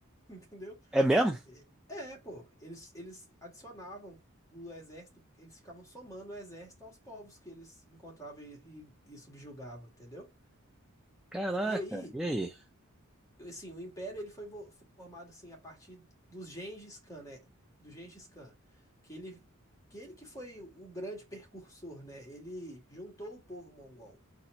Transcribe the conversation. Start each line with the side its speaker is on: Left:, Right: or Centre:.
Left: entendeu?
Centre: É mesmo?
Left: É, é, pô, eles, eles adicionavam o exército, eles ficavam somando o exército aos povos que eles encontravam e, e, e subjugavam, entendeu?
Centre: Caraca,
Left: E aí,
Centre: e aí?
Left: assim, o Império ele foi vo- formado assim a partir do Gengis Khan, né? Do Gengis Khan, que ele que ele que foi o grande precursor, né? Ele juntou o povo mongol.